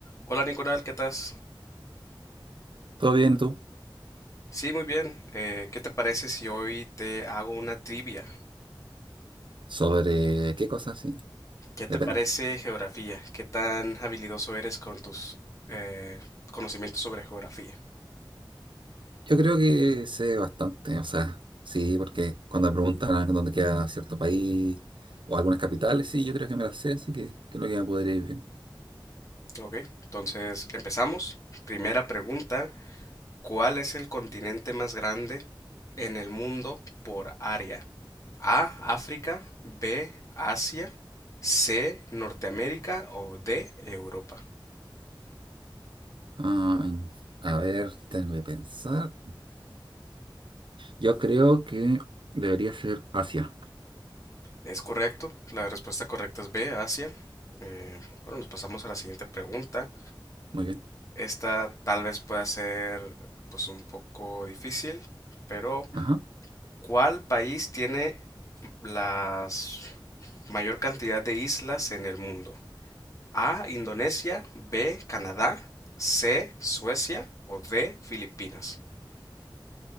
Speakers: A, on the left; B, on the right.
A: Hola Nicolás, ¿qué estás?
B: ¿Todo bien tú?
A: Sí, muy bien. Eh, ¿qué te parece si hoy te hago una trivia?
B: ¿Sobre qué cosas? Sí,
A: ¿Qué
B: depende.
A: te parece geografía? ¿Qué tan habilidoso eres con tus eh, conocimientos sobre geografía?
B: Yo creo que sé bastante, o sea, sí, porque cuando me preguntan a dónde queda cierto país o algunas capitales, sí, yo creo que me las sé, así que creo que me podría ir bien.
A: Ok, entonces empezamos. Primera pregunta, ¿cuál es el continente más grande en el mundo por área? A, África, B, Asia, C, Norteamérica o D, Europa.
B: Ay, a ver, tengo que pensar. Yo creo que debería ser Asia.
A: Es correcto, la respuesta correcta es B, Asia. Eh, bueno, nos pasamos a la siguiente pregunta.
B: Muy bien.
A: Esta tal vez pueda ser pues un poco difícil, pero
B: Ajá.
A: ¿cuál país tiene la mayor cantidad de islas en el mundo? A, Indonesia, B, Canadá, C, Suecia o D, Filipinas.